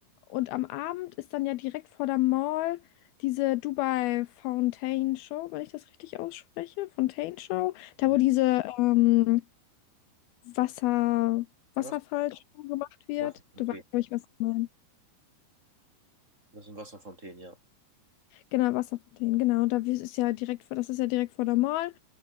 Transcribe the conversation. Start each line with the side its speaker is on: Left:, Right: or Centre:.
Left: und am Abend ist dann ja direkt vor der Mall diese Dubai Fountain Show, wenn ich das richtig ausspreche, Fontaine Show, da
Right: Hm.
Left: wo diese ähm, Wasser,
Right: Ja,
Left: Wasserfallshow
Right: Wasser-
Left: gemacht wird.
Right: Wasserfontänen.
Left: Du weißt, glaube ich, was ich meine.
Right: Das sind Wasserfontänen, ja.
Left: Genau, Wasserfontänen, genau. Und da wi- ist ja direkt vor, das ist ja direkt vor der Mall.